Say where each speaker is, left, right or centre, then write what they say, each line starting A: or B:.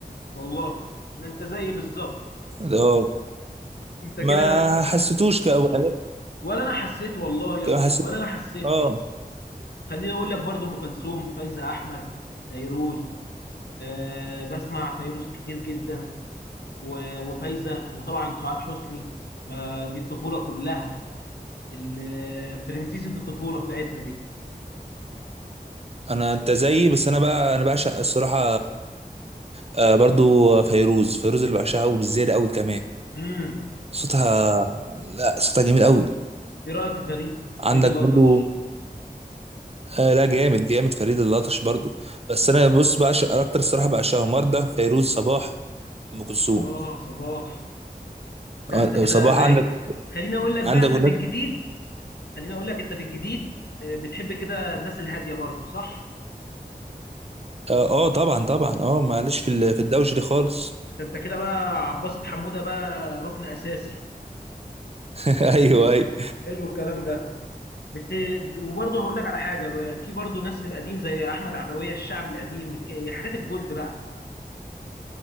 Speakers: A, on the left; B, on the right.
A: والله ان انت زيي بالظبط
B: اه
A: انت كده
B: ما حسيتوش كأغنية
A: ولا انا حسيت والله يا اسطى
B: ما حسيت
A: ولا انا حسيت
B: اه
A: خليني اقول لك برضو ام كلثوم فايزه احمد فيروز أه بسمع فيروز كتير جدا و- وفايزه وطبعا سعاد حسني ما دي الطفوله كلها ال- برنسيسة الطفولة بتاعتنا دي
B: انا انت زيي بس انا بقى انا بعشق الصراحه آه برضو فيروز فيروز اللي بعشقها وبالزيادة قوي كمان
A: امم
B: صوتها لا صوتها جميل قوي
A: ايه رأيك في فريد
B: عندك
A: فريد الأطرش
B: برضو آه لا جامد جامد فريد الأطرش برضو بس انا بص بعشق اكتر الصراحة بعشقها مرده فيروز صباح ام كلثوم
A: اه صباح ده
B: آه،
A: انت كده
B: صباح
A: رايق
B: عندك
A: خليني اقول لك بقى
B: عندك
A: انت
B: اغنية
A: في الجديد خليني اقول لك انت في الجديد آه، بتحب كده الناس الهادية برضه صح
B: اه آه، طبعا طبعا اه معلش في ال- في الدوش دي خالص
A: ده انت كده بقى عباسة حمودة بقى ركن أساسي
B: <laughs> ايوه ايوه
A: حلو الكلام ده بت... وبرضه هقول لك على حاجة ب- في برضه ناس في القديم زي أحمد عدوية الشعب القديم الك- حاجات الجولد بقى